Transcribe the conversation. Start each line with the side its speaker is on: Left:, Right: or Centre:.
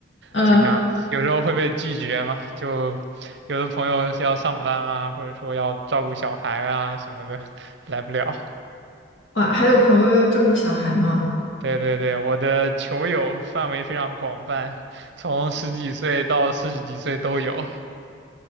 Left: 呃，
Right: 这个样子，有时候会被拒绝嘛，就有的朋友是要上班啊，或者说要照顾小孩啊什么的，来不了。
Left: 哇，还有朋友要照顾小孩吗？
Right: 对对对，我的球友范围非常广泛，从十几岁到四十几岁都有。